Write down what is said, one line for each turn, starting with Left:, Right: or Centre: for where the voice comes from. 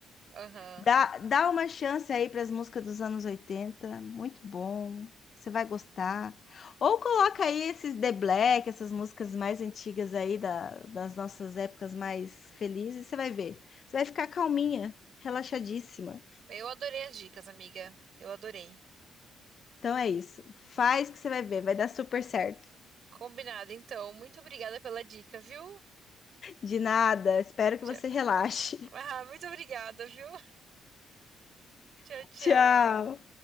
Right: Aham.
Left: Dá, dá uma chance aí para as músicas dos anos 80, muito bom. Você vai gostar. Ou coloca aí esses The Black, essas músicas mais antigas aí da- das nossas épocas mais felizes, você vai ver. Você vai ficar calminha, relaxadíssima.
Right: Eu adorei as dicas, amiga. Eu adorei.
Left: Então é isso. Faz que você vai ver, vai dar super certo.
Right: Combinado, então. Muito obrigada pela dica, viu?
Left: De nada, espero
Right: <laughs>
Left: que você relaxe.
Right: Ah, muito obrigada, viu? Tchau,
Left: <laughs>
Right: tchau.
Left: Tchau.